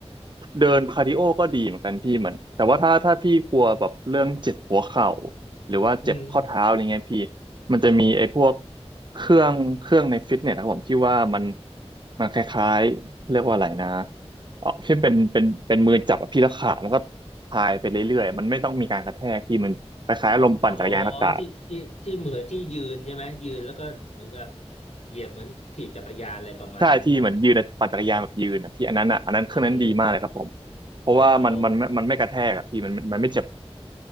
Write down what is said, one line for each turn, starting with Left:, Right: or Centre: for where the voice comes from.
Right: เดินคาร์ดิโอก็ดีเหมือนกันพี่เหมือนแต่ว่าถ้าถ้าพี่กลัวแบบเรื่องเจ็บหัวเข่าหรือว่าเจ็บข้อเท้าอะไรเงี้ยพี่
Left: อืม
Right: มันจะมีไอ้พวกเครื่องเครื่องในฟิตเนสนะครับผมที่ว่ามันมันคล้ายๆเรียกว่าอะไรนะเออที่เป็นเป็นเป็นมือจับอะพี่แล้วขามันก็พายไปเรื่อยๆมันไม่ต้องมีการกระแทกพี่มันคล้ายๆลมปั่นจักรยานอากาศ
Left: อ๋อที่ที่ที่เหมือนที่ยืนใช่ไหมยืนแล้วก็เหมือนกับเหยียบเหมือนถีบจักรยานอะไรประมาณนั้นป่ะ
Right: ใช่ที่เหมือนยืนอะปั่นจักรยานแบบยืนอะพี่อันนั้นอ่ะอันนั้นเครื่องนั้นดีมากเลยครับผม
Left: เออเออ
Right: เพราะว่ามันมันมันมันไม่กระแทกอ่ะพี่มันมันมันไม่เจ็บ
Left: อ๋อ